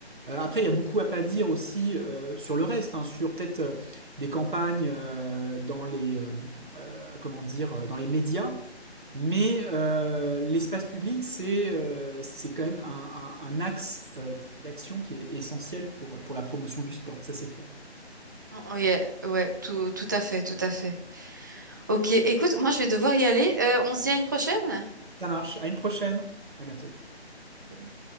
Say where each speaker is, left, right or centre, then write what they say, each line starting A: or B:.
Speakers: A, on the right; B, on the right.
A: Euh, après, il y a beaucoup à pas dire aussi euh, sur le reste, hein, sur peut-être euh, des campagnes euh, dans les euh, euh, comment dire euh, dans les médias mais euh, l'espace public, c'est euh, c'est quand même un, un- un axe euh, d'action qui est essentiel pour, pour la promotion du sport, ça c'est clair.
B: Oh, oh, Yeah, ouais, tout tout à fait, tout à fait. Ok, écoute, moi je vais devoir y aller. Euh, on se dit à une prochaine?
A: Ça marche, à une prochaine, à bientôt.
B: Salut.